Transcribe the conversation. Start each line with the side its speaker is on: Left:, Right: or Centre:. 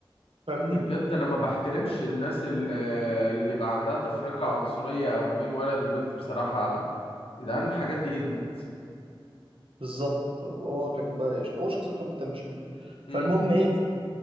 Right: فاهمني
Left: بجد انا ما بحترمش الناس ال- اللي بيبقى عندها تفرقة عنصرية او ما بين ولد وبنت بصراحة يا جدعان الحاجات دي ادمت
Right: بالظبط هو كان بقى هو شخصيته عامه مش حلوه فالمهم
Left: امم
Right: ايه